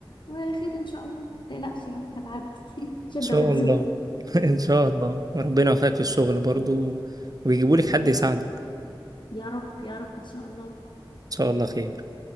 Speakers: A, on the left (about 55°); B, on the right (about 40°).
A: وخير ان شاء الله متقلقش يعني هتعدي <laughs> شده
B: شاء
A: وتزول
B: الله <laughs> ان شاء الله وربنا يوفقك في الشغل برضو ويجيبوا لك حد يساعدك
A: يا رب يا رب إن شاء الله
B: ان شاء الله خير